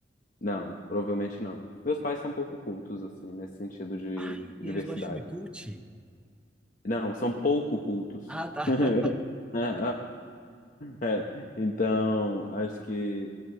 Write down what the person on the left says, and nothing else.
não, provavelmente não. Meus pais são pouco cultos, assim, nesse sentido de
diversidade.
Não, são pouco cultos.
<laughs> <laughs> É, então, acho que